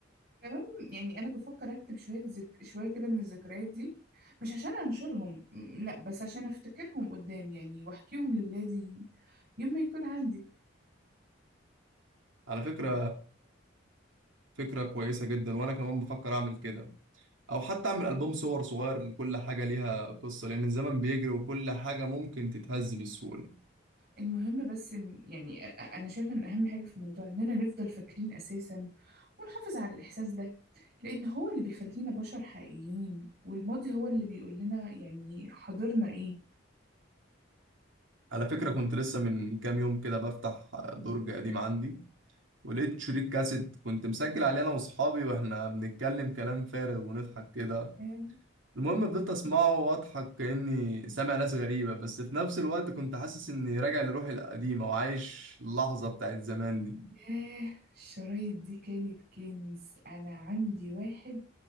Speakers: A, on the right; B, on the right.
A: كمان يعني انا بفكر اكتب شوية ذك... شوية كده من الذكريات دي مش عشان انشرهم م، لا بس عشان افتكرهم قدام يعني واحكيهم لولادي يوم ما يكون عندي
B: على فكرة فكرة كويسة جدا وأنا كمان بفكر أعمل كده أو حتى أعمل ألبوم صور صغير لكل حاجة ليها قصة لأن الزمن بيجري وكل حاجة ممكن تتهز بسهولة
A: المهم بس إن يعني أ- أ- أنا شايفة إن أهم حاجة في الموضوع إننا نفضل فاكرين أساسا ونحافظ على الإحساس ده لأن هو اللي بيخلينا بشر حقيقيين والماضي هو اللي بيقول لنا يعني حاضرنا إيه
B: على فكرة كنت لسه من كام يوم كده بفتح درج قديم عندي ولقيت شريط كاسيت كنت مسجل عليه أنا وأصحابي وإحنا بنتكلم كلام فارغ ونضحك كده
A: آه،
B: المهم فضلت أسمعه وأضحك كأني سامع ناس غريبة بس في نفس الوقت كنت حاسس إني راجع لروحي القديمة وعايش اللحظة بتاعت زمان دي
A: ياه الشرايط دي كانت كنز أنا عندي واحد